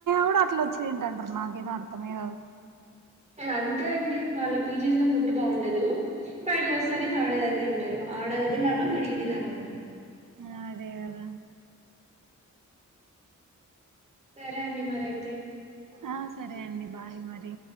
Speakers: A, on the right (about 85°); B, on the right (about 20°).
A: కూడా అట్లా వచ్చింది. అంటున్నారు నాకేం అర్థమే కాదు.
B: అంతే అండి వాళ్ళ పీజీ లో ఫుడ్ బాగుండదు బయటకి వస్తారు ఇంకా ఆడదే తింటారు ఆడ. అది లాభం ఈడ ఇది లాభం.
A: ఆ అదే కదా
B: సరే అండి మరయితే.
A: ఆహ్ సరే అండి బాయ్ మరి.